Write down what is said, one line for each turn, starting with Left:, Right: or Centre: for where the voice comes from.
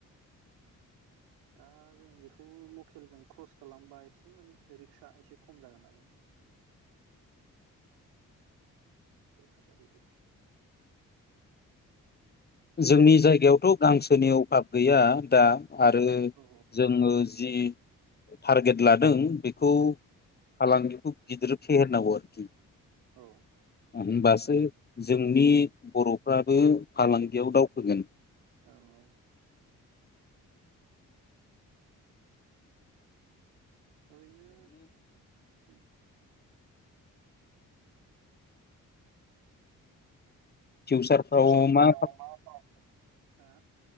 Right: दा जों बेखौ लकेलजों ख्रस खालामबा एसे माने रिक्सा एसे खम जागोन आरो।
Left: <inaudible>
Right: बेफोर बादिनो <inaudible>
Left: जोंनि जायगायावथ' गांसोनि अभाब गैया दा आरो
Right: औ
Left: जोङो जि थारगेट लादों बेखौ फालांगिखौ गिदिर फेहेरनांगौ आरोखि।
Right: औ
Left: होनबासो जोंनि बर'फ्राबो फालांगियाव दावखोगोन।
Right: औ औ। ओरैनो उम।
Left: फिउसारफ्राव
Right: जौसारफ्राव
Left: मा
Right: <unintelligible> हा?